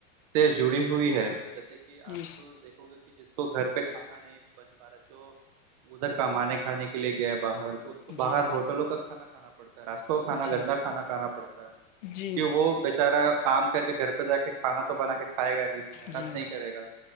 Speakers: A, on the right; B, on the left.
A: سے جڑی ہوئی ہے جیسے کہ کہ
B: جی
A: آپ دیکو گے کہ جس تو گھر پہ کھانا نہیں بن پا رہا جو ادھر کمانے کھانے کے لیے گیا باہر تو تو
B: جی
A: باہر ہوٹلوں کا کھانا کھانا پڑتا ہے راستوں کا کھانا
B: جی
A: گندا کھانا کھانا پڑتا ہے
B: جی
A: کیونکہ وہ بےچارا کام کر کے گھر پہ جا کے کھانا تو بنا کے کھائے گا نہیں محنت
B: جی
A: نہیں کرے گا